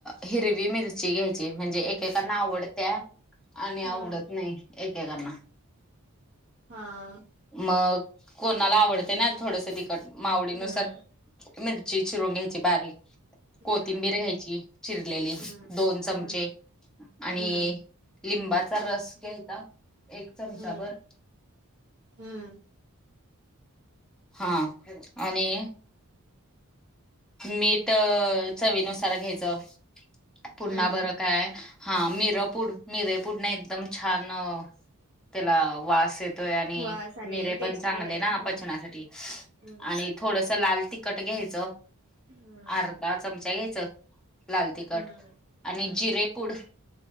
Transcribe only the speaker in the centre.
हिरवी मिरची घ्यायची म्हणजे? एकेकांना आवडत्या आणि
आवडत नाही एकेकांना
मग, कोणाला आवडते ना थोडंस तिखट मग आवडीनुसार
मिरची चिरून घ्या बारीक
कोथिंबीर घ्यायची चिरलेली
दोन चमचे
आणि..
लिंबाचा रस घ्यायचा एक चमचा
भर
हा आणि, मीठ चवीनुसार घ्यायचं? पुन्हा
बरं काय, हा मिरपुड मिरपूड नाही एकदम छान त्याला वास येतोय आणि
मिरे
पण चांगले
ना
पचनासाठी.
आणि थोडस लाल तिखट घ्यायचं?
<unintelligible> चमचा घ्यायच लाल तिखट
आणि
जिरेपूड